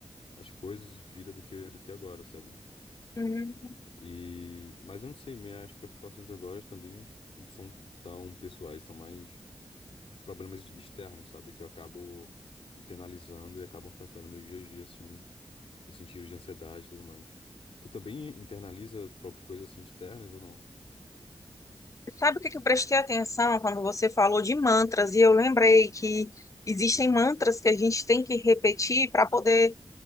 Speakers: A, on the left (about 85°); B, on the left (about 35°).
A: às coisas de vida do que, do que agora, sabe?
B: Hum.
A: E, mas eu não sei, minhas preocupações agora também não s- não são tão pessoais, são mais problemas externos, sabe? Que eu acabo internalizando e acabam afetando meu dia a dia, assim, no sentido de ansiedade e tudo mais. Tu também internaliza pro- coisas assim externas ou não?
B: Sabe o que que eu prestei atenção quando você falou de mantras? E eu lembrei que existem
A: Hum,
B: mantras que a gente tem que repetir para poder